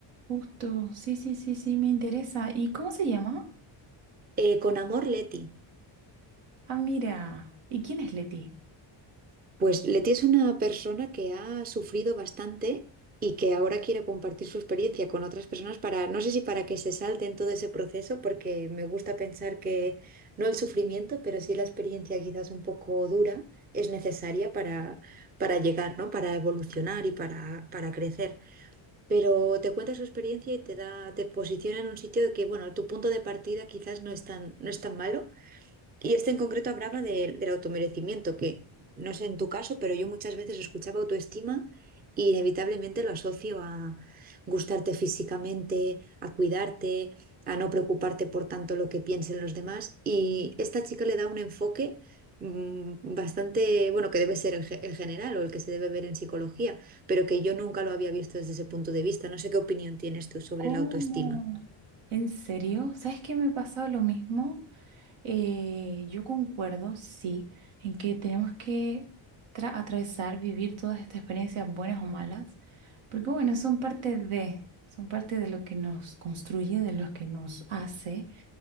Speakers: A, on the right (about 80°); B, on the right (about 20°).
A: Justo, sí, sí, sí, sí, me interesa. ¿Y cómo se llama?
B: Eh, con amor, Leti.
A: Ah, mira, ¿y quién es Leti?
B: Pues Leti es una persona que ha sufrido bastante y que ahora quiere compartir su experiencia con otras personas para, no sé si para que se salten todo ese proceso, porque me gusta pensar que no el sufrimiento, pero sí la experiencia quizás un poco dura es necesaria para, para llegar, ¿no? Para evolucionar y para, para crecer. Pero te cuenta su experiencia y te da, te posiciona en un sitio de que, bueno, tu punto de partida quizás no es tan, no es tan malo y este en concreto hablaba de- del automerecimiento, que no sé en tu caso, pero yo muchas veces escuchaba autoestima y inevitablemente lo asocio a gustarte físicamente, a cuidarte, a no preocuparte por tanto lo que piensen los demás. Y esta chica le da un enfoque mm, bastante, bueno, que debe ser el, ge- el general o el que se debe ver en psicología, pero que yo nunca lo había visto desde ese punto de vista. No sé qué opinión tienes tú sobre
A: ¿Cómo?
B: la autoestima.
A: ¿En serio? ¿Sabes qué me pasaba lo mismo? Eh, yo concuerdo, sí, en que tenemos que tra- atravesar, vivir todas estas experiencias buenas o malas, porque bueno, son parte de, son parte de lo que nos construye, de lo que nos hace.